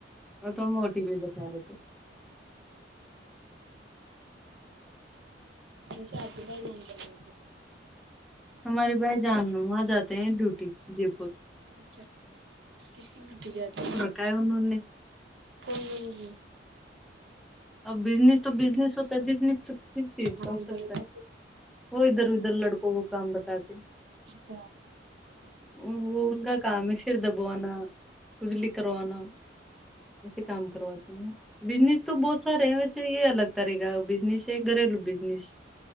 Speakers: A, in the centre; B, on the right.
A: اور تو ہم موٹی بھی بتا رہے تھے
B: اچھا آج بائی جان
A: ہمارے بھائی جان وہاں جاتے ہیں ڈیوٹی جے پور
B: اچھا کس کن روٹی جاتی
A: کیا نہیں
B: کون لگی
A: اب بزنیس تو بزنس ہوتا ہے بزنس تو کسی چیز
B: نام
A: ہو سکتا
B: تو لیتا
A: ہے وہ ادھر ادھر لڑکوں کو کام بتاتے
B: اچھا
A: او کا کامشیر دبوناا کجلی کروانا ایسے کام کرواتے ہیں بزنس تو بہت سارے یہ الگ طاری کاا بزنیس ہے گھرلو بزنیس